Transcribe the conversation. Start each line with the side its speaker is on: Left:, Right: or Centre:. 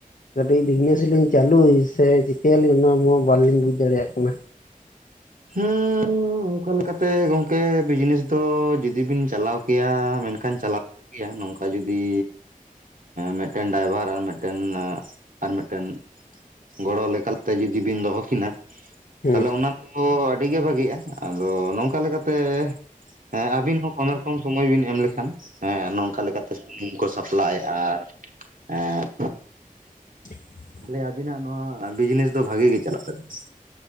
Left: ᱠᱟᱹᱴᱤᱡ ᱵᱤᱡᱽᱱᱮᱥ ᱞᱤᱧ ᱪᱟᱹᱞᱩᱭ ᱥᱮ ᱪᱤᱠᱟᱹᱭᱟᱞᱤᱧ ᱚᱱᱟ ᱦᱚᱸ ᱵᱟᱞᱤᱧ ᱵᱩᱡᱽ ᱫᱟᱲᱮᱭᱟᱜ ᱠᱟᱱᱟ᱾
Right: ᱦᱩᱸ ᱚᱝᱠᱟ ᱞᱮᱠᱟᱛᱮ ᱜᱚᱝᱠᱮ ᱵᱤᱡᱽᱱᱮᱥ ᱫᱚ ᱡᱩᱫᱤ ᱵᱤᱱ ᱪᱟᱞᱟᱣ ᱠᱮᱭᱟ ᱢᱮᱱᱠᱷᱟᱱ ᱪᱟᱞᱟᱣ ᱠᱚᱜ ᱜᱮᱭᱟ ᱱᱚᱝᱠᱟ ᱡᱩᱫᱤ ᱢᱮᱫᱴᱮᱱ ᱰᱟᱭᱵᱷᱟᱨ ᱟᱨ ᱢᱮᱫᱴᱮᱝ ᱟᱨ ᱢᱮᱫᱴᱮᱱ ᱜᱚᱲᱚ ᱞᱮᱠᱟᱞᱛᱮ ᱡᱩᱫᱤ ᱵᱤᱱ ᱫᱚᱦᱚ ᱠᱤᱱᱟᱹ
Left: ᱦᱮᱸ
Right: ᱛᱟᱞᱦᱮ ᱚᱱᱟ ᱫᱚ ᱟᱹᱰᱤᱜᱮ ᱵᱷᱟᱜᱮᱜᱼᱟ ᱟᱫᱚ ᱱᱚᱝᱠᱟ ᱞᱮᱠᱟᱛᱮ ᱦᱮᱸ ᱟᱵᱤᱱ ᱦᱚᱸ ᱠᱷᱚᱢᱮᱨ ᱠᱷᱚᱢ ᱥᱚᱢᱚᱭ ᱵᱤᱱ ᱮᱢ ᱞᱮᱠᱷᱟᱱ ᱦᱮᱸ ᱱᱚᱝᱠᱟ ᱞᱮᱠᱟᱛᱮ ᱥᱩᱱᱩᱢ ᱠᱚ ᱥᱟᱯᱞᱟᱭ ᱟᱨ ᱮᱫ
Left: <unintelligible>
Right: ᱛᱟᱦᱞᱮ ᱟᱵᱤᱱᱟᱜ ᱱᱚᱣᱟ ᱵᱤᱡᱽᱱᱮᱥ ᱫᱚ ᱵᱷᱟᱜᱮ ᱜᱮ ᱪᱟᱞᱟᱜ ᱛᱟᱵᱤᱱᱟ ᱾